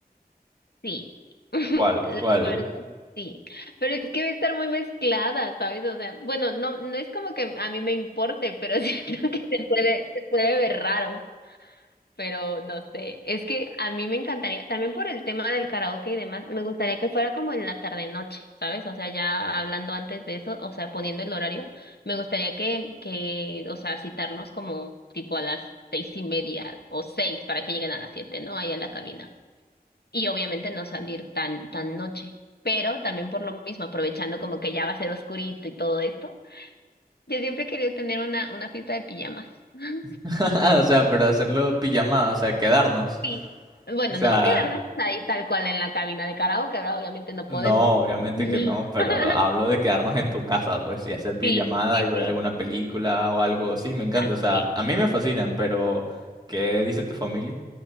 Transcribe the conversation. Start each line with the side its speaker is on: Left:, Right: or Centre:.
Left: Sí. <laughs>
Right: ¿Cuál?
Left: La
Right: ¿Cuál?
Left: verdad, sí. Pero es que va a estar muy mezclada, ¿sabes? O sea, bueno, no, no es como que a mí me importe, pero <laughs> siento que se puede, se puede ver raro. pero no sé. Es que a mí me encantaría, también por el tema del karaoke y demás, me gustaría que fuera como en la tarde-noche, ¿sabes? O sea, ya hablando antes de eso, o sea, poniendo el horario, me gustaría que, que, o sea, citarlos como tipo a las seis y media o seis para que lleguen a las siete, ¿no? Ahí a la cabina. Y obviamente no salir tan, tan noche. Pero también por lo mismo, aprovechando como que ya va a ser oscurito y todo esto. Yo siempre he querido tener una, una fiesta de pijamas. <laughs>
Right: <laughs> O sea, pero hacerlo pijamada, o sea, quedarnos.
Left: Y bueno,
Right: O sea,
Left: no quedarnos ahí tal cual en la cabina de karaoke, ¿verdad? Obviamente no
Right: no,
Left: podemos.
Right: obviamente
Left: <laughs>
Right: que no, pero hablo de quedarnos en tu casa, pues, y hacer pijamada
Left: Sí, sí,
Right: y ver
Left: sí,
Right: alguna película o algo. Sí, me encanta,
Left: así
Right: o sea,
Left: es.
Right: a mí me fascinan, pero ¿qué dice tu familia?